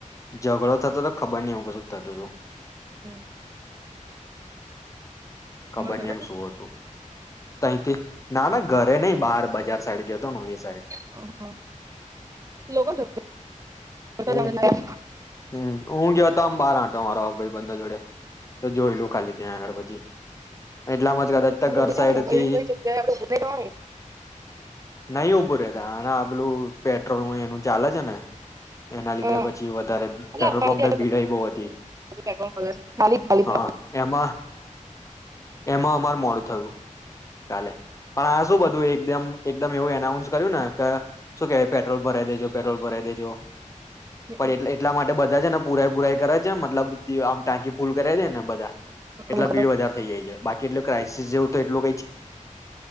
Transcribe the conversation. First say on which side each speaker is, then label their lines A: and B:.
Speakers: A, on the left; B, on the right.
A: ઝઘડો થતો તો ખબર નહી હું એવું કશું થતું તું.
B: હમ્મ.
A: ખબર
B: ઘરે
A: નહીં એમ
B: તો
A: શું હતું. તહી કે ના-ના ઘરે નહી, બહાર બજાર સાઈડ ગયો તો ને હું ઈ સાઈડ.
B: હા લોકો જતા
A: હમ્મ-હમ્મ,
B: જાવે લાગે
A: હું ગયો તો આમ બહાર આટો મારવા ભાઈબંધો જોડે, તો જોઈ લઉ ખાલી ત્યાં આગળ પછી. એટલા માજ
B: આપણે
A: ઘર
B: ઉભી
A: સાઈડથી,
B: રહેવાનું કોઈ કોઈ જગ્યાએ આપણે ઉભી રહેવાનું
A: નહી ઉભું રહે. દાણા આેલું પેટ્રોલ ન એનું ચાલે છે ને. એના લીધે
B: અ
A: પછી વધારે
B: અલા
A: પેટ્રોલ
B: પાછે
A: પંપે
B: આટો
A: ભીડાઈ બહ હતી,
B: પેટ્રોલ બગાડે છે ખાલી ખાલી
A: હા
B: જા બધું.
A: એમાં એમાં અમાર મોડું થયું. કાલે પણ આ શું બધું એકદમ એકદમ એવું એનાઉન્સ કર્યું ને, કે શું કેવાય પેટ્રોલ ભરાઈ દેજો પેટ્રોલ ભરાઈ દેજો.
B: હમ
A: પણ
B: હમ
A: એટ એટલા માટે બધા ને પુરાય પુરાઈ કરે છે મતલબ આમ ટાંકી ફૂલ કરાવ દે ને બધા,
B: અમને
A: એટલા
B: ખબર
A: ભીડ વધારે થઈ જાય છે બાકી- કેટું ક્રાઈસ જેવું તો એલું